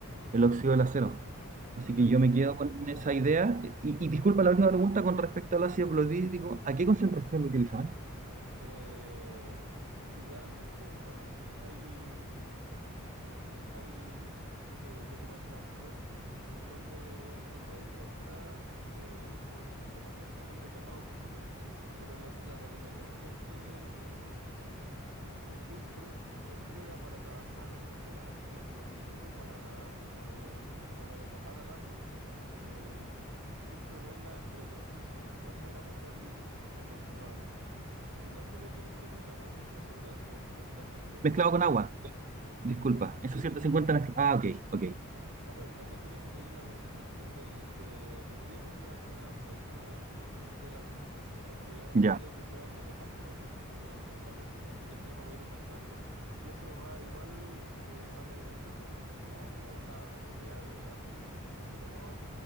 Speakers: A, on the right; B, on the right.
A: el óxido del acero.
B: Sí,
A: Así
B: mira,
A: que yo
B: como
A: me quedo con esa idea. Y, y disculpa la última pregunta con respecto al ácido clorhídrico. ¿A qué concentración lo utilizaban?
B: eh, idealmente, bueno, hay Hay eh, documentación donde de- se puede encontrar eh, sobre cómo funciona el decapado químico, pero lo- la recomendación que, que siempre se entrega para trabajar eh, ácido clorhídrico para, la, eh, para decapar alambre eh, siempre ronda entre los 150 gramos por litro aproximadamente. Y no solo tienen que medir la concentración de ácido, sino que también tienen
A: Mezclado
B: que medir la...
A: con
B: can-
A: agua.
B: Sí,
A: Disculpa.
B: sí.
A: Esos 150 mezcla- Ah, ok, ok.
B: No, pero también tienes que medir la concentración del, de, de fierro que va a quedar dentro del, del ácido, porque a
A: Ya,
B: medida que ustedes van decapando, el- el- la concentración de fierro va a ir aumentando y eso va igual eh, amedrentando pues, de cierto modo como la- las propiedades del ácido y hace que el decapado